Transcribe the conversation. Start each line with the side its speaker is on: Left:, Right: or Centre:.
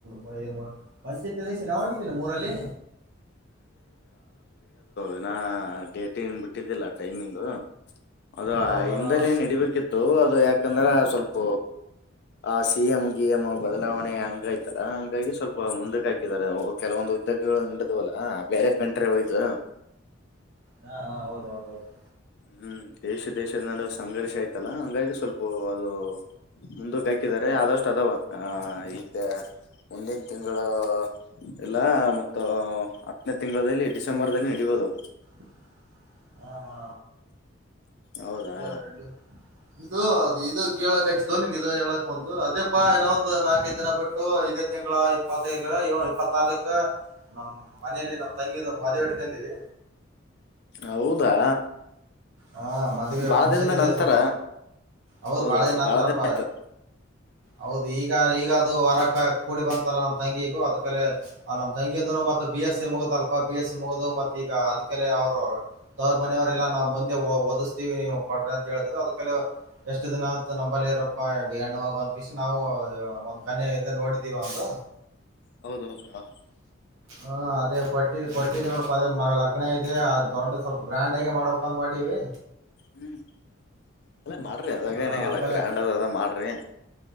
Right: ಕ ಏ ಪಂಚಾಯತ್ ಎಲೆಕ್ಷನ್ ನ ಆಗಿದ್ದಿಲ್ಲ ಮೂರಲ್ಲಿ
Left: ಿನ ಡೇಟಿಂಗ್ ಬಿಟ್ಟಿದ್ದಿಲ್ಲ ಟೈಮಿಂಗು ಅದು
Right: ಹೌದೌದ
Left: ಹಿಂದಲನ್ ನಡಿಬೇಕಿತ್ತು ಅದು ಯಾಕಂದ್ರೆ ಸ್ವಲ್ಪ ಆ ಸಿ ಎಂ್ ಗಿ ಎಂ್ ಬದಲಾವಣೆ ಹಂಗ ಆಯ್ತಲ್ಲಾ ಹಂಗಾಗಿ ಸ್ವಲ್ಪ ಮುಂದಕ್ಕೆ ಹಾಕಿದಿದ್ದಾರೆ ಕೆಲವೊಂದು ಉದ್ದಗಳು ನದವಲ್ಲಾ ಬೇರೆ ಕಂಟ್ರಿ ಒಯದು
Right: ಹಾ ಹ ಹೌದೌದ ಹೌದು
Left: ಹ್ಮ್ ದೇಶ ದೇಶದ ನಡುವ ಸಂಘರ್ಷ ಆಯ್ತಲ್ಲ ಹಂಗಾಗಿ ಸ್ವಲ್ಪ ಅದು ಮುಂದಕ್ಕೆ ಹಾಕಿದಿದ್ದಾರೆ ಆದಷ್ಟು ಅ ಅಥವಾ ಈಗ ಮುಂದಿನ ತಿಂಗಳ ಇಲ್ಲ ಮತ್ತ ಹತ್ತನೇ ತಿಂಗಳದಲ್ಲಿ ಡಿಸೆಂಬರ್ದಲ್ಲಿ ನಡಿಯೋದವು
Right: <inaudible> ಹಾ
Left: ಹೌದಾ
Right: ಹೌದೌದೌದು ಇದು ಅದು ಇದು ಕೇಳಕ್ ಹಚ್ಚಿದು ನಿನ್ ಇದು ಹೇಳಕ್ ಒಂದು ಅದೇಪ್ಪಾ ಇನ ಒಂದು ನಾಕೈಐದು ದಿನ ಬಿಟ್ಟು ಇದೇ ತಿಂಗಳ ಇಪ್ಪತ್ತೈಲ್ ಇ ಇಪ್ಪತ್ತಾರಕ್ಕ ನಮ್ ಮನೇಲಿ ನಾವ್ ತಂಗಿದ ಮದ್ೆ ಇಡ್ಕೊಂಡೀವಿ
Left: ಹೌದಾ
Right: ಹಾ ಮದ್ವವೆ
Left: ಭಾಳ
Right: ಫಂಕ್ಷನ್
Left: ದಿನದ
Right: ಇದೆ
Left: ನಂತರ
Right: ಸ್ವಲ್ಪ ಹೌದು
Left: ಹೌದೌದು
Right: ಬಾಳ ದಿನ
Left: ಭಾಳ
Right: ಅಂತಾರಪ
Left: ಆಯ್ತು
Right: ಹೌದು ಈಗ ಈಗ ಅದು ವರಕ್ ಕೂಡಿ ಬಂತಲ್ಲ ನಮ್ಮ್ ತಂಗಿಗು ಅದಕ ನಮ್ ತಂಗಿಯಿಂದ ಮ ಬಿ ಎಸ್ ಮುಗುದಲ್ ಬಿ ಎಸ್ ಸಿ ಮುಗುದು ಮತ್ತ ಈಗ ಅದಕ್ಕೆ ಅವರು ಅವವ್ರ ಮನೆಯವರೆಲ್ಲ ನಾವು ಮುಂದೆ ಓದಿಸ್ತೀವಿ ನೀವು ಕೊಡ್ರೆ ಅಂತ ಹೇಳಿದ್ರೆ ಅದಕ ಎಷ್ಟು ದಿನತ್ ನಂಬಲ್ಲೇ ಇರಪ್ಪಣ್ಣುಾಗುವ ಷ ನಾವು ಒಂದ್ ಕಣಿಂದ ನೋಡಿದ್ದೀವಿ ಒಂದು
Left: ಹೌದೌದು ಹದು
Right: ಹ ಅದೇ ಕೊಟ್ಟಿದ್ದ ಕೊಟ್ಟಿದ್ದ ನೋಡಪ ಅದೇ ಮ ಲಗ್ನ ಇದೆ ದೊಡ್ಡ ಸ್ವಲ್ಪ ಗ್ರ್ಯಾಂಡ್ಗ ಮಾಡ್ಬೇಕಂತ ಮಾಡೀವಿ
Left: ಹ್ಮ್ ಅಲ್ಲ ಮಾಡ್ರಿ ಅದಾಗೇನ
Right: ಹ ಅದ್ಕಲೆ
Left: ಇಲ್ಲ ಗ್ರ್ಯಾಂಡ್ ಅದ ಅದ ಮಾಡ್ರಿ